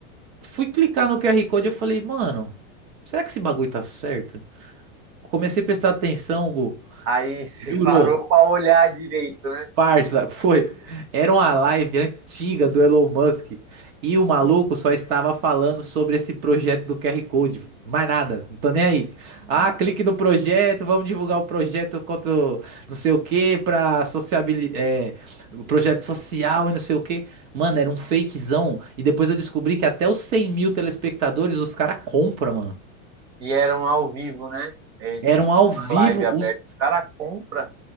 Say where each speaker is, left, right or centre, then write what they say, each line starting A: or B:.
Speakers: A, on the right; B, on the right.
A: fui clicar no QR Code, eu falei, mano, será que esse bagulho tá certo? Eu Comecei a prestar atenção, Gu.
B: Aí <laughs> você
A: Jurou.
B: parou pra olhar direito, né?
A: Parça, <laughs> foi. Era uma live antiga do Elon Musk e o maluco só estava falando sobre esse projeto do QR Code. Mais nada, não tô nem aí. Ah,
B: Não.
A: clique no projeto, vamos divulgar o projeto contra o não sei o que pra sociabilidade, é, o projeto social e não sei o que. Mano, era um fakezão. E depois eu descobri que até os 100 mil telespectadores os caras compram, mano.
B: E eram ao vivo, né? Eles
A: Eram
B: ficam
A: ao vivo
B: com uma live aberta.
A: os.
B: Os caras compram